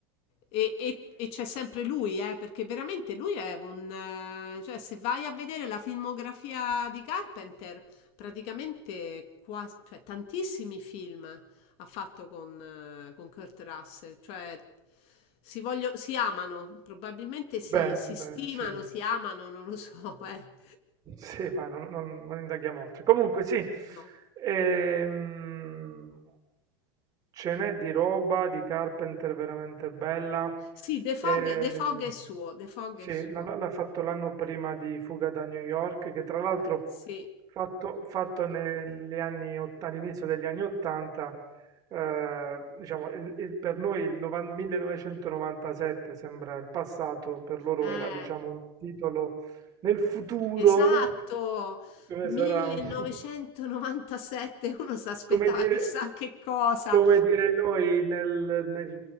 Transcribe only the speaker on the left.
E, e- e c'è sempre lui, eh, perché veramente lui è un... eh, cioè se vai a vedere la filmografia di Carpenter, praticamente quasi, cioè, tantissimi film ha fatto con, eh, con Kurt Russell, cioè si, voglio- si amano, probabilmente si,
si stimano,
si amano, non lo so, <laughs> eh.
No.
Sì, The Fog,
The Fog è suo, The Fog
è suo,
sì.
Eh.
Esatto,
1997
uno si aspettava
chissà che cosa,